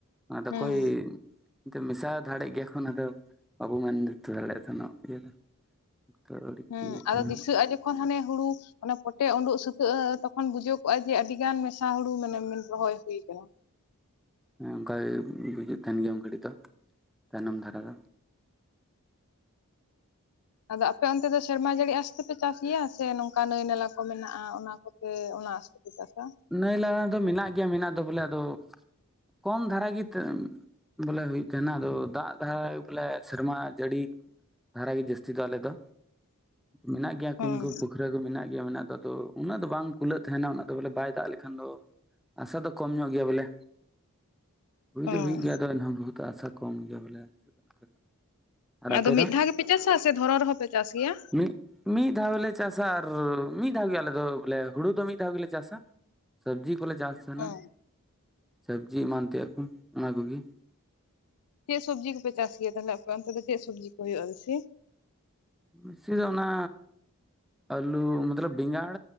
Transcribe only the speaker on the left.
ᱦᱩᱸ
ᱦᱩᱸ
ᱟᱫᱚ ᱫᱤᱥᱟᱹᱜᱼᱟ ᱡᱚᱠᱷᱚᱱ ᱦᱟᱱᱮ ᱦᱩᱲᱩ ᱚᱱᱮ ᱯᱚᱴᱮ ᱩᱰᱩᱜ ᱥᱟᱹᱛᱟᱹᱜᱼᱟ ᱛᱚᱠᱷᱚᱱ ᱵᱩᱡᱚᱜᱼᱟ ᱡᱮ ᱟᱹᱰᱤ ᱜᱟᱱ ᱢᱮᱥᱟ ᱦᱩᱲᱩ ᱢᱟᱱᱮ ᱨᱚᱦᱚᱭ ᱦᱩᱭ ᱠᱟᱱᱟ᱾
ᱟᱫᱚ ᱟᱯᱮ ᱚᱱᱛᱮ ᱫᱚ ᱥᱮᱨᱢᱟ ᱡᱟᱹᱲᱤ ᱟᱸᱥ ᱛᱮᱯᱮ ᱪᱟᱥ ᱜᱮᱭᱟ ᱥᱮ ᱱᱚᱝᱠᱟ ᱱᱟᱹᱭ ᱱᱟᱞᱟ ᱠᱚ ᱢᱮᱱᱟᱜᱼᱟ ᱚᱱᱟ ᱠᱚᱛᱮ ᱚᱱᱟ ᱟᱸᱥ ᱛᱮᱯᱮ ᱪᱟᱥᱟ᱾
ᱚᱸ
ᱚᱸ
ᱟᱫᱚ
ᱢᱤᱫ
ᱫᱷᱟᱣ ᱜᱮᱯᱮ ᱪᱟᱥᱟ ᱥᱮ ᱫᱷᱚᱨᱚᱱ ᱨᱮᱦᱚᱸ ᱯᱮ ᱪᱟᱥ ᱜᱮᱭᱟ?
ᱚᱸ
ᱪᱮᱫ ᱥᱚᱵᱽᱡᱤ ᱠᱚᱯᱮ ᱪᱟᱥ ᱜᱮᱭᱟ ᱛᱟᱞᱦᱮ ᱟᱯᱮ ᱚᱱᱛᱮ ᱫᱚ ᱪᱮᱫ ᱥᱚᱵᱽᱡᱤ ᱠᱚ ᱦᱩᱭᱩᱜᱼᱟ ᱵᱮᱥᱤ?